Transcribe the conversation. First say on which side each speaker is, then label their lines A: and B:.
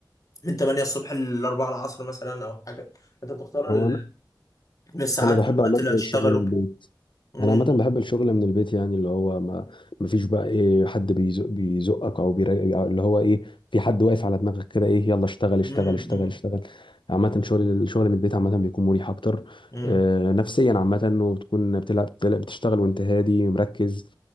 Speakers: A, on the left; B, on the left.
A: من 8 الصبح ل 4 العصر مثلا او حاجة انت بتختار
B: هو
A: ال...
B: انا
A: من الساعات
B: انا بحب
A: والوقت
B: عامه
A: اللي هتشتغله
B: الشغل من البيت.
A: امم
B: انا عامه بحب الشغل من البيت يعني اللي هو ما ما فيش بقى ايه حد بيزق بيزقك او بيري... أو اللي هو ايه في حد واقف على دماغك كده ايه يلا اشتغل اشتغل
A: امم
B: اشتغل اشتغل عامه شغل الشغل من البيت عامه بيكون مريح اكتر
A: امم
B: آه نفسيا عامه وبتكون بتلعب بتلعب بتشتغل وانت هادي مركز